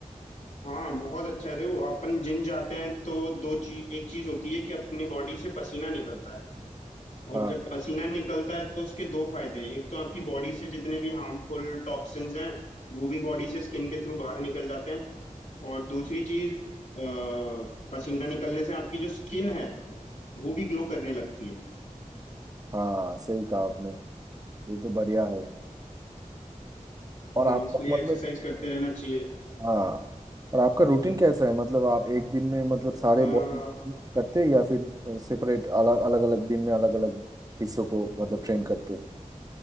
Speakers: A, on the left (about 75°); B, on the right (about 25°).
A: हाँ बहुत अच्छा है देखो अपन जिम जाते हैं तो दो चीज एक चीज होती है कि अपने बॉडी से पसीना निकलता है और
B: हाँ
A: जब पसीना निकलता है तो उसके दो फायदे हैं एक तो आपकी बॉडी से जितने भी हार्मफुल टॉक्सिन्स हैं वो भी बॉडी से स्किन के थ्रू बाहर निकल जाते हैं और दूसरी चीज अ, पसीना निकलने से आपकी जो स्किन है वो भी ग्लो करने लगती है
B: हाँ सही कहा आपने ये तो बढ़िया है और
A: हम्म,
B: आपका
A: इसलिए
B: मतलब
A: एक्सरसाइज करते रहना चाहिए
B: हाँ और आपका रूटीन कैसा है मतलब आप एक दिन में मतलब सारे
A: आ,
B: बॉडी करते हैं या फिर सेपरेट अलग अलग अलग दिन में अलग अलग हिस्सों को मतलब ट्रेन करते हैं